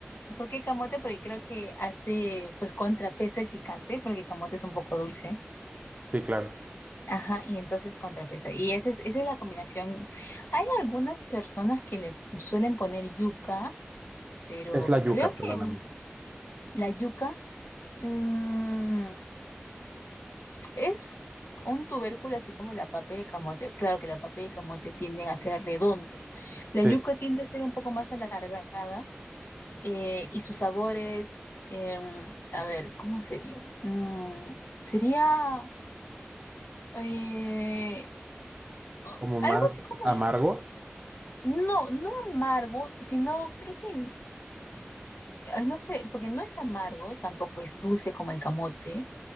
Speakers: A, on the left; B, on the right.
A: ¿Por qué el camote? Porque creo que hace, pues, contrapesa el picante, porque el camote es un poco dulce.
B: Sí, claro.
A: Ajá, y entonces contrapesa. Y esa es, esa es la combinación. Hay algunas personas que le suelen poner yuca, pero
B: Es la yuca,
A: creo
B: perdóname.
A: que mm, la yuca mm, es un tubérculo así como la papa de camote. Claro que la papa de camote tienden a ser redondos. La
B: Sí,
A: yuca tiende a ser un poco más alargada eh, y sus sabores, em, a ver, ¿cómo sería? Mm, sería eh, o-
B: como más
A: algo así como
B: amargo.
A: No, no amargo, sino creo que, ay, no sé, porque no es amargo, tampoco es dulce como el camote.